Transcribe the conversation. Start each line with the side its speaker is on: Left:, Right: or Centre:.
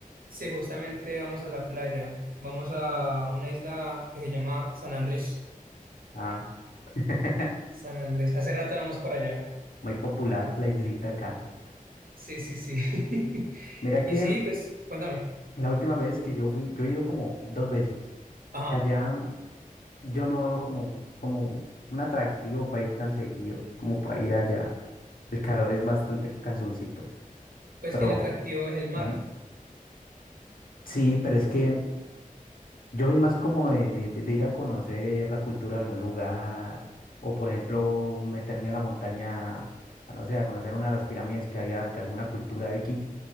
Right: Sí, justamente vamos a la playa. Vamos a una isla que se llama San Andrés.
Left: Ah, <laughs>
Right: San Andrés. Hace rato no vamos por allá.
Left: muy popular la islita acá.
Right: Sí, sí, sí. <laughs>
Left: Mira
Right: Y
Left: que
Right: sí, pues, cuéntame.
Left: la última vez que yo fui, yo he ido como dos veces.
Right: Ajá.
Left: Y allá. yo no veo como, como un atractivo para ir tan seguido, como para ir allá. El calor es bastante cansoncito.
Right: Pues
Left: Pero
Right: que el atractivo es el mar.
Left: Ujú. sí, pero es que yo soy más como de, de- de de ir a conocer la cultura de algún lugar, o por ejemplo, meterme a la montaña, a no sé, a conocer una de las pirámides que había de alguna cultura X. O